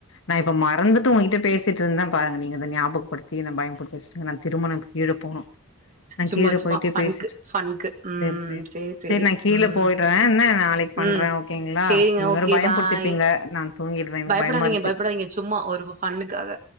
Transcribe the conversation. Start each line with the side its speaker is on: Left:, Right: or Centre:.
Left: நா இப்போ மறந்துட்டு உங்கிட்ட பேசிட்டு இருந்த பாருங்க நீங்க அத ஞாபக படுத்தி என்ன பயம்புடுத்தி வெச்சுட்டிங்க திரும்ப நா இப்ப கீழ போனு நா
Right: சும்மா
Left: கீழ
Right: சும்மா
Left: போயிட்டு
Right: ஃபன்க்கு
Left: பேசிட்டு இருக்க
Right: ஃபன்க்கு ம்
Left: சேர் சேர் சேரி நா கீழ
Right: ம்
Left: போய்டுற என்ன நாளைக் பண்ற
Right: ம்
Left: ஓகேங்ளா
Right: சேரிங்க
Left: நீங்க
Right: ஓகே
Left: வேற பயம்
Right: பாய்
Left: புடுத்துட்டீங்க நா தூங்கிர்ற எனக்
Right: பயப்படாதீங்க
Left: பயமா இருக்கு
Right: பயப்படாதீங்க சும்மா ஒரு ஃபன்னுக்காக